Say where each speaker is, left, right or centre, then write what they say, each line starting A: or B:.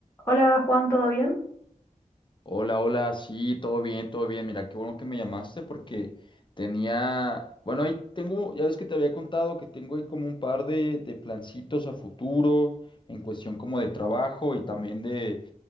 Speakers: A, on the left; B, on the left.
A: Hola Juan, ¿todo bien?
B: Hola, hola, sí, todo bien, todo bien. Mira, qué bueno que me llamaste porque tenía, bueno, ahí tengo, ya ves que te había contado que tengo ahí como un par de, de plancitos a futuro en cuestión como de trabajo y también de